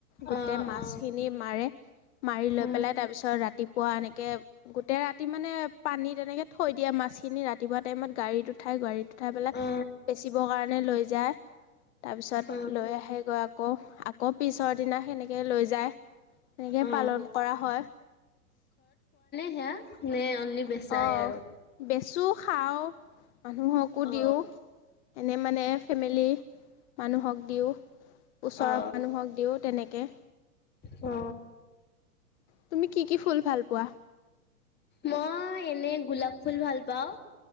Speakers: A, on the left; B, on the left.
A: গোটেই
B: অ
A: মাছখিনি
B: অ
A: মাৰে, মাৰি লৈ
B: উম
A: পেলাই তাৰপিছত ৰাতিপুৱা এনেকে গোটেই ৰাতি মানে পানীত তেনেকে থৈ দিয়ে মাছখিনি ৰাতিপুৱা টাইমত গাড়ীত উঠাই গাড়ীত পেলাই
B: অ
A: বেচিবৰ কাৰণে লৈ যায়। <unintelligible> তাৰপিছত
B: অ
A: লৈ আহে গৈ আকৌ, আকৌ পিছৰ দিনা তেনেকৈ লৈ যায়, তেনেকৈ
B: অ
A: পালন কৰা হয়।
B: এয়া নে অনলি বেচাই
A: অঁ
B: আৰু।
A: বেচোঁ খাওঁ। মানুহকো দিওঁ।
B: অ
A: এনে মানে ফেমিলি মানুহক দিওঁ। ওচৰৰ
B: অ
A: মানুহক দিও তেনেকে কে।
B: অ।
A: তুমি কি কি ফুল ভাল পোৱা?
B: মই এনে গোলাপ ফুল ভাল পাওঁ।